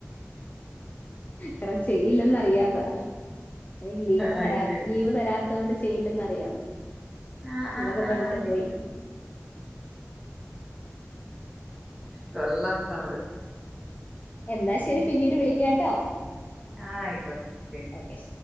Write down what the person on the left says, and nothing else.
എറ ചെയ്യില്ലന്നറിയാതാ എനിക്ക് ലീവ്
തരാ
ലീവ് തരാത്തത് കൊണ്ട് ചെയ്യില്ലെന്ന് അറിയാം
ഇതൊക്കെ
പറഞ്ഞിട്ട്
പോയി
എന്നാ ശെരി പിന്നീട് വിളിക്കാട്ടോ
ഓക്കെ ശരി